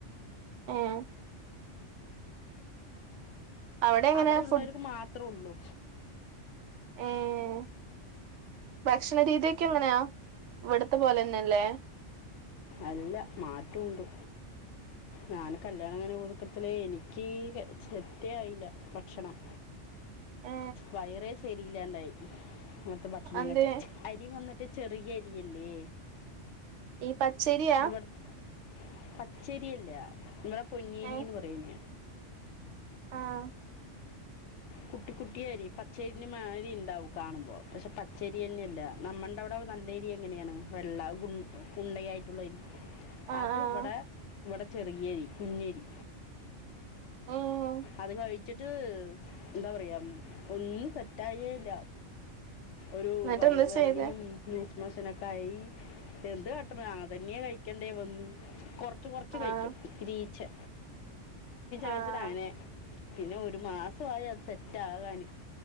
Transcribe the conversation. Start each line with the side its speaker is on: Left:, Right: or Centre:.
Right: ഉം അവിടെ എങ്ങനെ
Left: അവിടെയുള്ളവർക്ക്
Right: ഫുഡ്
Left: മാത്രേ ഉള്ളൂ
Right: ഏഹ് ഭക്ഷണ രീതിയൊക്കെ എങ്ങനെയാ ഇവിടുത്തെ പോലെ തന്നെല്ലേ
Left: അല്ല മാറ്റം ഉണ്ട് ഞാന് കല്യാണം അങ്ങനെ കൊടുക്കത്തി എനിക്ക് സെറ്റ് ആയില്ലേ ഭക്ഷണം
Right: ഏ
Left: വയറെ ശരില്ലാണ്ടായി അവിടുത്തെ ഭക്ഷണം
Right: അന്തേ
Left: കഴിച്ചിട്ട് അരി വന്നിട്ട് ചെറിയ അരിയല്ലേ
Right: ഈ പച്ചരിയാ
Left: ഇവിടെ പച്ചരിയല്ല ഇവിടെ പൊന്നേരിന്ന്
Right: ഏ
Left: പറയുന്ന
Right: ആഹ്
Left: കുട്ടി കുട്ടിയരി പച്ചേരിന്റെ മാരി ഉണ്ടാവും കാണുമ്പോ പക്ഷെ പച്ചേരി തന്നെയല്ല നമ്മണ്ട് അവിടെ നല്ല എരി എങ്ങനെയാണ് വെള്ള ഉണ്ടയായിട്ടുള്ള അരി
Right: ആഹ്
Left: അത്
Right: ആഹ്
Left: ഇവിടെ ഇവിടെ ചെറിയേരി കുഞ്ഞേരി
Right: ഉം
Left: അത് കഴിച്ചിട്ട് എന്താ പറയാ ഒന്നും സെറ്റായേല്ല ഒരു
Right: എന്നിട്ട്
Left: വയറുവേദനയും
Right: എന്താ ചെയ്തെ
Left: ലൂസ് മോശനൊക്കെയി എന്ത് കാട്ടണം ആഹ് തന്നെയാ കഴിക്കണ്ടേ വന്നു കൊ കുറച്ച് കുറച്ച് കഴിക്കും
Right: ആഹ്
Left: ഇചിരിച്ചേ കഴിച്ചട്ട്
Right: ആഹ്
Left: അങ്ങനെ പിന്നെ ഒരു മാസമായി അത് സെറ്റാകാന്